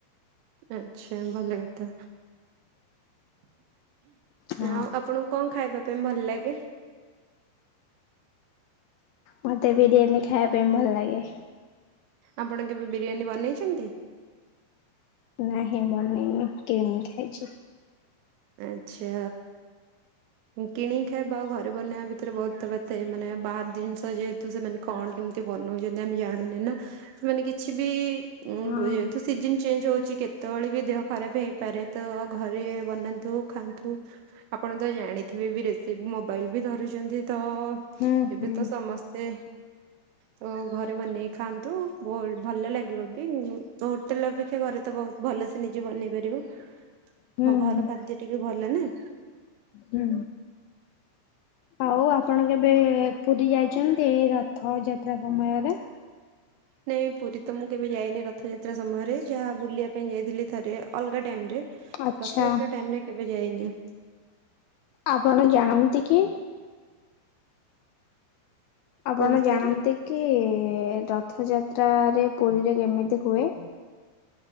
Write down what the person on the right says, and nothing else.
ଆଛା ଭଲ କଥା।
ଆ ଆପଣଙ୍କୁ କଣ ଖାଇବା ପାଇଁ ଭଲ ଲାଗେ?
ଆପଣ କେବେ ବିରିୟାନୀ ବନେଇଛନ୍ତି?
ଆଛା। କିଣିକି ଖାଇବା ଆଉ ଘରେ ବନେଇବା ଭିତରେ ବହୁତ ତଫାତ୍ ଥାଏ, ମାନେ ବାହାର ଜିନିଷ ଯେହେ ତୁ ସେମାନେ କଣ କେମିତି ବନଉଛନ୍ତି ଆମେ ଜାଣିନେ ନା। ସେମାନେ କିଛି ବି ଉଁ
ଯେହେତୁ ସିଜନ ଚେଞ୍ଜ ହଉଛି କେତେବେଳେ ବି ଦେହ ଖରାପ ହେଇପାରେ, ତ ଘରେ ବନା- ନ୍ତୁ ଖାଆନ୍ତୁ। ଆପଣ ତ ଜାଣିଥିବେ ବି ରେସିପି, ମୋବାଇଲ ବି ଧରୁଛନ୍ତି ତ
ଏବେ
ତ ସମସ୍ତେ ତ ଘରେ ବନେଇକି ଖାଆନ୍ତୁ। ବହୁ ଭଲ ଲାଗିବ ବି। ଉଁ ହୋଟେଲ ଅପେକ୍ଷା ଘରେ ତ ବହୁତ ଭଲସେ ନିଜେ ବନେଇ ପାରିବ।
ଘ-ଘର ଖାଦ୍ୟ ଟିକେ ଭଲ ନା।
ନାଇଁ ପୁରୀ ତ ମୁଁ କେବେ ଯାଇନି ରଥଯାତ୍ରା ସମୟରେ। ଯାହା ବୁଲିବା ପାଇଁ ଯାଇଥିଲି ଥରେ ଅଲଗା ଟାଇମରେ।
ରଥଯାତ୍ରା ଟାଇମରେ କେବେ ଯାଇନି।
କୋଉ ବିଷୟରେ